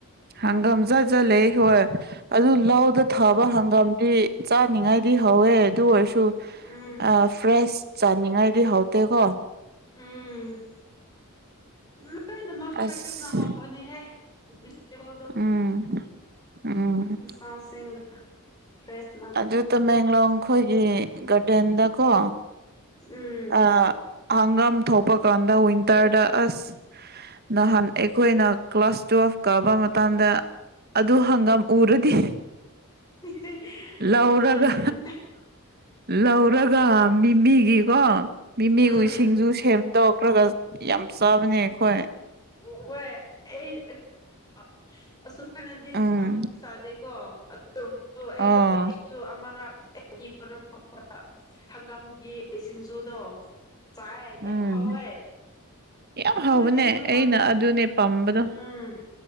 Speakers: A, on the right (about 45°); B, on the left (about 15°).
A: ꯍꯪꯒꯥꯝ ꯖꯥꯠ ꯖꯥꯠ ꯂꯩꯌꯦ ꯍꯣꯏ ꯑꯗꯨ ꯂꯧꯗꯥ
B: ꯎꯝ
A: ꯊꯥꯕ ꯍꯪꯒꯥꯝꯗꯤ ꯆꯥꯅꯤꯉꯥꯏꯗꯤ ꯍꯧꯋꯦ ꯑꯗꯨ ꯑꯣꯏꯔꯁꯨ
B: ꯎꯝ
A: ꯑꯥ ꯐ꯭ꯔꯦꯁ ꯆꯥ ꯅꯤꯡꯉꯥꯏꯗꯤ ꯍꯥꯎꯇꯦꯒꯣ
B: ꯎꯝ ꯂꯣꯏꯅꯃꯛ
A: ꯑꯁ
B: ꯐ꯭ꯔꯦꯁꯅ ꯍꯥꯎꯕꯅꯤꯍꯦ ꯚꯤꯖꯤꯇꯦꯕꯜꯗꯣ
A: ꯎꯝ ꯎꯝ
B: <unintelligible> ꯐ꯭ꯔꯦꯁ
A: ꯑꯗꯨ ꯇꯃꯦꯡꯂꯣꯡ ꯈꯣꯏꯒꯤ ꯒꯥꯔꯗꯦꯟꯗꯀꯣ
B: ꯎꯝ
A: ꯑꯥ ꯍꯪꯒꯥꯝ ꯊꯣꯛꯄ ꯀꯥꯟꯗ ꯋꯤꯟꯇꯔꯗ ꯑꯁ ꯅꯍꯥꯟ ꯑꯩꯈꯣꯏꯅ ꯀ꯭ꯂꯥꯁ ꯇꯨꯌꯦꯜꯐ ꯀꯥꯕ ꯃꯇꯝꯗ ꯑꯗꯨ ꯍꯪꯒꯥꯝ ꯎꯔꯗꯤ
B: <unintelligible>
A: ꯂꯧꯔꯒ
B: ꯎꯝ
A: ꯂꯧꯔꯒ ꯃꯤꯃꯤꯒꯤꯀꯣ ꯃꯤꯃꯤ
B: ꯎꯝ
A: ꯎꯏꯁꯤꯡꯖꯨ ꯁꯦꯝꯗꯣꯛꯈ꯭ꯔꯒ ꯌꯥꯝ ꯆꯥꯕꯅꯦ ꯑꯩꯈꯣꯏ
B: ꯍꯣꯏ ꯑꯩ <unintelligible> ꯑꯁꯨꯃꯥꯏꯅꯗꯤ
A: ꯎꯝ
B: ꯆꯥꯕꯗꯤ ꯆꯥꯗꯦꯀꯣ <unintelligible>
A: ꯑꯣ
B: ꯇꯨ ꯑꯃꯥꯔꯛ ꯑꯩꯒꯤ ꯃꯔꯨꯞ <unintelligible> ꯍꯪꯒꯥꯝꯒꯤ ꯁꯤꯡꯖꯨꯗꯣ ꯆꯥꯏ ꯌꯥꯝ
A: ꯎꯝ
B: ꯍꯥꯎꯋꯦ
A: ꯌꯥꯝ
B: ꯑꯩꯈꯣꯏꯗꯤ
A: ꯍꯥꯎꯕꯅꯦ
B: ꯍꯪꯒꯥꯝ
A: ꯑꯩꯅ ꯑꯗꯨꯅꯦ ꯄꯝꯕꯗꯣ
B: ꯎꯝ